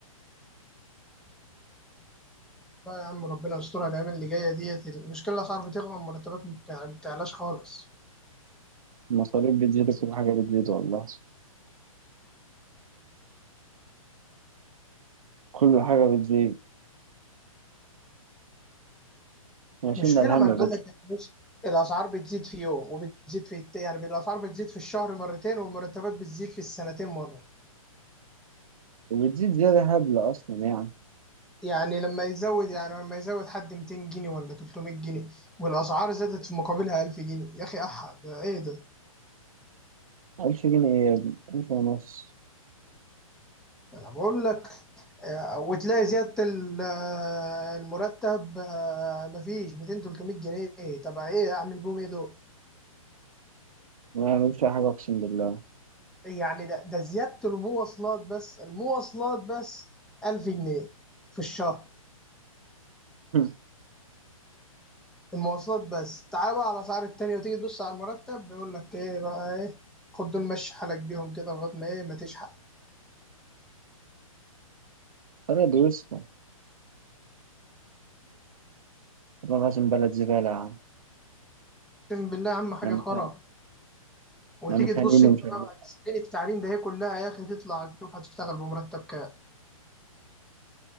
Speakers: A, in the centre; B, on the right (about 70°).
A: لا يا عم ربنا يسترها الايام اللي جايه ديت المشكله الاسعار بتغلى المرتبات ما بتع- ما بتعلاش خالص
B: المصاريف بتزيد وكل حاجة بتزيد والله كل حاجة بتزيد احنا شلنا
A: مشكلة
B: الهم
A: ما انا بقول
B: بدري
A: لك يعني بص الاسعار بتزيد في يوم وبتزيد في الت- يعني الاسعار بتزيد في الشهر مرتين والمرتبات بتزيد في السنتين مرة
B: وبتزيد زيادة هبلة أصلا يعني
A: يعني لما يزود يعني لما يزود حد 200 جنيه ولا 300 جنيه والاسعار زادت في مقابلها 1000 جنيه يا اخي احد ايه ده
B: ألف جنيه إيه يا ابني ألف ونص
A: انا بقول لك آه، وتلاقي زيادة ال- آه، المرتب آه، مفيش 200 300 جنيه طب ايه اعمل بهم ايه دول
B: ما بعملش أي حاجة أقسم بالله
A: يعني ده ده زيادة المواصلات بس المواصلات بس 1000 جنيه في الشهر
B: <laughs>
A: المواصلات بس تعال بقى على الأسعار التانية وتيجي تبص على المرتب بيقول لك إيه بقى إيه خد دول مشي حالك بيهم كده لغاية ما إيه ما تشحق
B: بلد وسخة والله العظيم بلد زبالة يا عم
A: أقسم بالله يا عم حاجة
B: احنا
A: خرا
B: متهان-
A: وتيجي
B: احنا متهانين
A: تبص أنت
B: ومش
A: بقى
B: عارف إيه.
A: بعد سنين التعليم ده هي كلها يا أخي تطلع تشوف هتشتغل بمرتب كام